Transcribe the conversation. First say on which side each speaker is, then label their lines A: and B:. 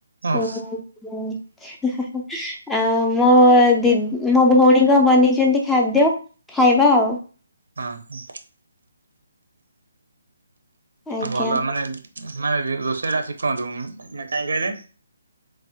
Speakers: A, on the right; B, in the centre.
A: ଓଃ
B: ଉଁ ଉ। <unintelligible> ଆଉ ମୋ ଦିି ମୋ ଭଉଣୀଙ୍କ ବନେଇଛନ୍ତି ଖାଦ୍ୟ ଖାଇବା ଆଉ।
A: ହଁ।
B: ଆଜ୍ଞା
A: ଆଉ ଭଲ ମାନେ ମାନେ ରୋଷେଇ ଟା ଶିଖନ୍ତୁ କାହିଁ କହିଲେ?